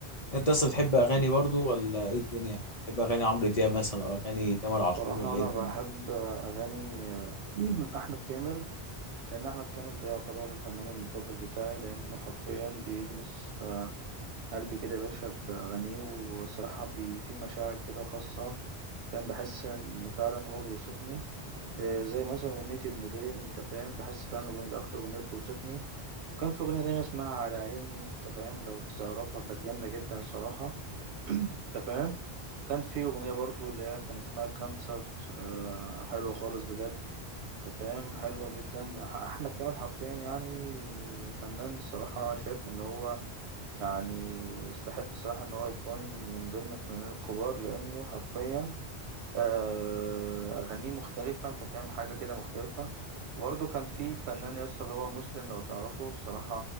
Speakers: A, on the left; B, on the right.
A: انت اصلا بتحب اغاني برضو ولا ايه الدنيا بتحب اغاني عمرو دياب مثلا او اغاني تامر عاشور
B: صراحة
A: ولا
B: أنا
A: ايه الدنيا
B: بحب أغاني <clears throat> أحمد كامل لأن أحمد كامل ده يعتبر الفنان المفضل بتاعي لأنه حرفيا بيلمس قلبي كده يا باشا بأغانيه والصراحة بي في مشاعر كده خاصة فاهم بحس إن فعلا هو بيوصفني آه، زي مثلا أغنية ابن ليل أنت فاهم بحس فعلا الأغنية دي أكتر أغنية بتوصفني كان في أغنية تانية اسمها على عيني أنت فاهم لو تعرفها كانت جامدة جدا الصراحة انت فاهم كان في اغنيه برضو اللي هي كان اسمها كانسر آه، حلوه خالص بجد انت فاهم حلوه جدا أح- احمد كامل حرفيا يعني فنان الصراحه شايف ان هو يعني يستحق الصراحه ان هو يكون من ضمن الفنانين الكبار لانه حرفيا آه، اغانيه مختلفه انت فاهم حاجه كده مختلفه وبرضه كان في الفنان يا اسطى اللي هو مسلم لو تعرفه الصراحه